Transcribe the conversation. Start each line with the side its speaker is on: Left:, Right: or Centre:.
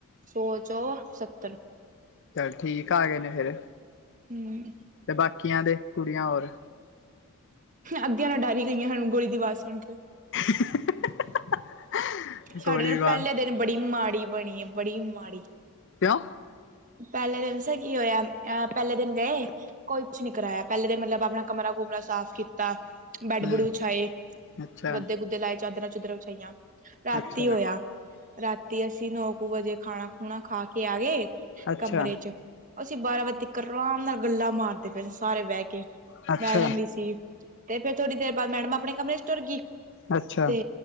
Right: ਸੌ ਚੋਂ ਸੱਤਰ,
Left: ਚੱਲ ਠੀਕ ਆ ਗਏ ਨੇ ਫਿਰ,
Right: ਹਮ
Left: ਤੇ ਬਾਕੀਆਂ ਦੇ ਕੁੜੀਆਂ ਹੋਰ
Right: ਅੱਧੀਆਂ ਤੇ ਡਰ ਹੀ ਗਈਆਂ, ਗੋਲੀ ਦੀ ਵਾਜ਼ ਸੁਣ ਕੇ,
Left: <unintelligible>
Right: ਸਾਡੇ ਨਾਲ
Left: ਬਾਰ
Right: ਪਹਿਲੇ ਦਿਨ ਬੜੀ ਮਾੜੀ ਬਣੀ ਹੈ ਬੜੀ ਮਾੜੀ।
Left: ਕਿਉਂ?
Right: ਪਹਿਲੇ ਦਿਨ ਦਸਾ ਕੀ ਹੋਇਆ, ਅਹ ਪਹਿਲੇ ਦਿਨ ਗਏ। ਕੁਈ ਕੁਛ ਨੀ ਕਰਾਇਆ, ਪਹਿਲੇ ਦਿਨ ਮਤਲਬ ਆਪਣਾ ਕਮਰਾ ਕੁਮਰਾ ਸਾਫ਼ ਕੀਤਾ। ਬੈਡ
Left: ਹੂੰ
Right: ਬੁਡ ਵਿਛਾਏ
Left: ਅੱਛਾ
Right: ਗੱਦੇ-ਗੁੱਦੇ ਲਾਏ ਚਾਦਰਾਂ-ਚੁਦਰਾਂ ਵਛਾਈਆਂ। ਰਾਤੀ
Left: ਅੱਛਾ
Right: ਹੋਇਆ, ਰਾਤੀ ਅਸੀਂ ਨੋ ਕੁ ਵਜੇ ਖਾਣਾ, ਖੂਣਾ ਖਾ ਕੇ ਆ ਗਏ।
Left: ਅੱਛਾ
Right: ਕਮਰੇ ਚ ਅਸੀਂ ਬਾਰਾਂ ਵਾਜੇ ਤਿਕਨ ਆਰਾਮ ਨਾਲ ਗੱਲਾਂ ਮਾਰਦੇ ਪਏ, ਸਾਰੇ ਬਹਿ ਕੇ।
Left: ਅੱਛਾ
Right: ਮੈਡਮ ਵੀ ਸੀ, ਤੇ ਫੇਰ ਥੋੜ੍ਹੀ ਦੇਰ ਬਾਅਦ ਮੈਡਮ ਆਪਣੇ ਕਮਰੇ ਚ ਤੁਰ ਗਈ
Left: ਅੱਛਾ
Right: ਤੇ